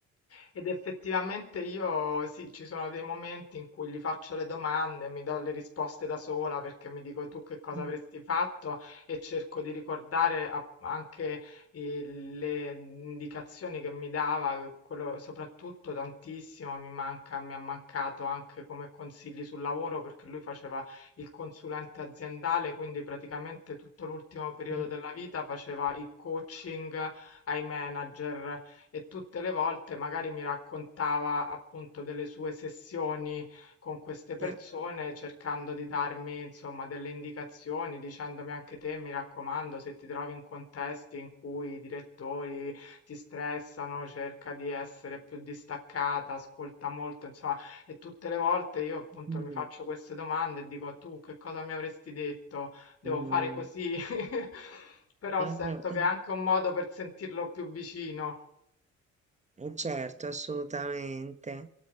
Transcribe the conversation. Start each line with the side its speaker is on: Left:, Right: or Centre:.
Left: Ed effettivamente io sì, ci sono dei momenti in cui gli faccio le domande e mi do le risposte da sola perché mi dico tu che cosa
Right: Mh,
Left: avresti fatto e cerco di ricordare a- anche eh, le indicazioni che mi dava, quello soprattutto tantissimo mi manca, mi ha mancato anche come consigli sul lavoro perché lui faceva il consulente aziendale, quindi praticamente tutto l'ultimo periodo
Right: mh,
Left: della vita faceva il coaching ai manager e tutte le volte magari mi raccontava appunto delle sue sessioni con queste persone,
Right: eh,
Left: cercando di darmi insomma delle indicazioni, dicendomi anche te, mi raccomando, se ti trovi in contesti in cui i direttori ti stressano, cerca di essere più distaccata, ascolta molto, insomma, e tutte le volte io appunto
Right: mh,
Left: mi faccio queste domande e dico tu che cosa mi avresti detto? Devo
Right: mh.
Left: fare così? <laughs> Però
Right: Ah,
Left: sento che
Right: eh.
Left: è anche un modo per sentirlo più vicino.
Right: Eh, certo, assolutamente.